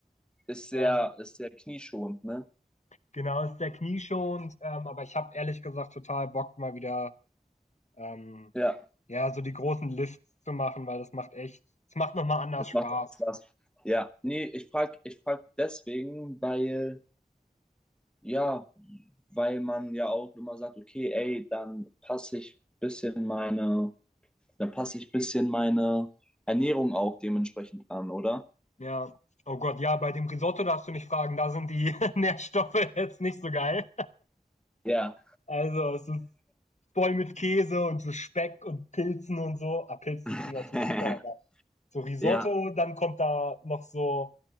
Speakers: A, in the centre; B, on the left.
A: ist sehr,
B: ähm
A: ist sehr knieschonend, ne?
B: Genau, ist sehr knieschonend, ähm, aber ich habe ehrlich gesagt total Bock, mal wieder ähm,
A: Ja,
B: ja, so die großen Lifts zu machen, weil das macht echt, es macht nochmal anders
A: das
B: Spaß.
A: macht echt Spaß. Ja, nee, ich frag, ich frag deswegen, weil, ja, weil man ja auch immer sagt, okay, ey, dann passe ich bisschen meine, dann passe ich bisschen meine Ernährung auch dementsprechend an, oder?
B: Ja. Oh Gott, ja, bei dem Risotto darfst du nicht fragen, da sind die <laughs> Nährstoffe jetzt nicht so geil.
A: Ja.
B: Also es ist voll mit Käse und so Speck und Pilzen und so. Ah, Pilzen sind
A: <laughs>
B: natürlich super, aber so Risotto,
A: Ja.
B: dann kommt da noch so